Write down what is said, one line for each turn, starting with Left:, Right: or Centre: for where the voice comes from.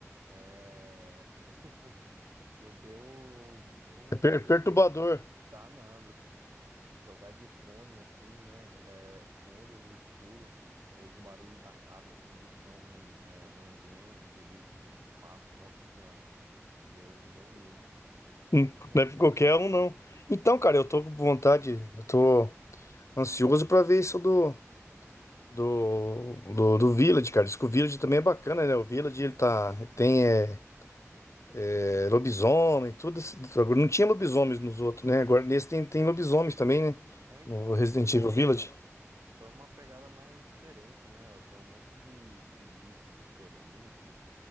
Right: é... <laughs> me deu, me deu um
Left: É per-
Right: medo
Left: perturbador.
Right: danado. Jogar de fone assim, né? É, fone no escuro, os barulhos da casa assim, de chão ran- é, rangendo, de, de passo, nossa senhora, deu, me deu um medo.
Left: Hum,
Right: <laughs>
Left: Não é pra qualquer um, não. Então, cara, eu tô com vontade, eu tô. Ansioso pra ver isso do, do, do, do Village, cara. Diz que o Village também é bacana, né? O Village, ele tá... Tem é, é, lobisomem, tudo. esse- Agora não tinha lobisomens nos outros, né? Agora nesse tem, tem lobisomens também, né?
Right: É, então,
Left: No
Right: ó,
Left: Resident
Right: pegou,
Left: Evil Village.
Right: foi uma pegada mais diferente, né? Ó, Tem um monte de, de bicho diferente,